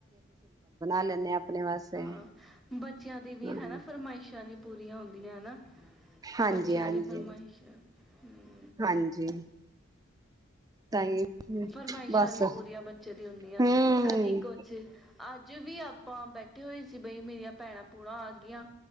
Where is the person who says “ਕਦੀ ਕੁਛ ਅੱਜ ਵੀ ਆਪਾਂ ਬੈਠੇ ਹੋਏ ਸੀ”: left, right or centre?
Centre